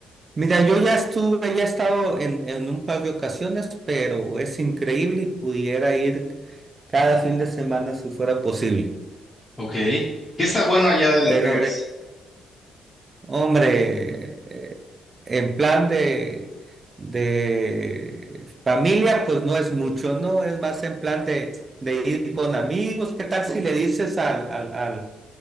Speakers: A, on the right (about 35°); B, on the left (about 15°).
A: Mira, yo ya estuve, ya he estado en, en un par de ocasiones, pero es increíble y pudiera ir cada fin de semana si fuera posible.
B: Ok. ¿Qué está bueno allá de Las
A: Pero
B: Vegas?
A: Hombre, eh, en plan de, de familia, pues no es mucho, ¿no? Es más en plan de, de ir con amigos. ¿Qué tal si le dices al, al, al,